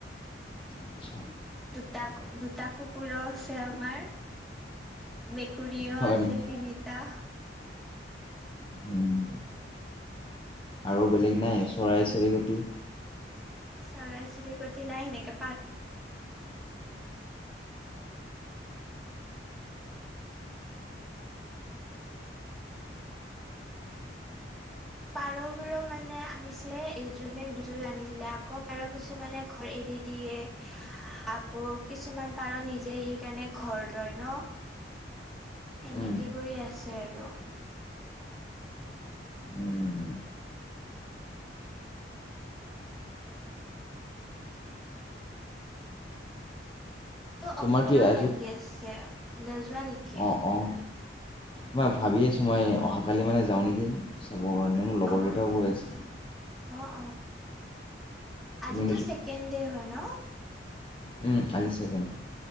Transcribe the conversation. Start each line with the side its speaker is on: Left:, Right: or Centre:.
Left: আচ্ছা
Centre: দুটা দুটা কুকুৰছ যে আমাৰ মেকুৰীও
Left: হয়
Centre: আছে
Left: নেকি
Centre: তিনিটা
Left: উম আৰু বেলেগ নাই চৰাই চিৰিকটি
Centre: চৰাই চিৰিকটি নাই সেনেকে পাৰ <inaudible> পাৰবোৰো মানে আনিছিলে এযোৰ নে দুযোৰ আনিছিলে আকৌ পাৰ কিছুমানে ঘৰ এৰি দিয়ে আকৌ কিছুমান পাৰ নিজে আহি কাৰণে ঘৰ লয় ন সেনেকে
Left: উম,
Centre: কৰি আছে আৰু
Left: উম। তোমাৰ
Centre: অমবো মেলাও
Left: কি আজি
Centre: লাগি আছে। নো যোৱা নেকি?
Left: অঁ অঁ মই ভাবি আছোঁ মই অহাকালি মানে যাওঁ নেকি? চাবৰ কাৰণে মোৰ লগৰকেইটাও
Centre: অ',
Left: কৈ আছে।
Centre: অ আজিতো
Left: তুমি
Centre: ছেকেণ্ড দে হয় ন,
Left: ও আজি ছেকেণ্ড